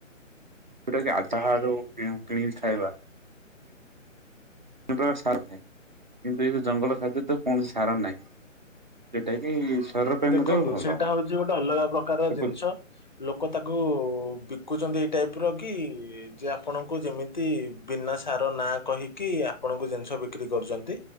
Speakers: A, on the right; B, on the left.
A: ଯୋଉଟା କି ଆଚାହାର କି କିଣିକିନି ଖାଇବା। ଯେମ୍ ତା ସାର କିନ୍ତୁ ଏଇ ଜଙ୍ଗଲ ଖାଦ୍ୟ ତ କୌଣସି ସାର ନାହିଁ। ସେଟା କି? ଶରୀର ପାଇଁ
B: ଦେଖନ୍ତୁ
A: ମଧ୍ୟ ଭଲ।
B: ସେଇଟା ହଉଛି ଗୋଟେ ଅଲଗା ପ୍ରକାର
A: ହୁଁ
B: ଜିନିଷ ଲୋକ ତାକୁ ବିତ୍‌ ଖୁଛନ୍ତି ଏଇ ଟାଇପ୍ ର କି ଯେ ଆପଣଙ୍କୁ ଯେମିତି ବିନା ସାର ନାଁ କହିି କି ଆପଣଙ୍କୁ ଜିନିଷ ବିକ୍ରି କରୁଚନ୍ତି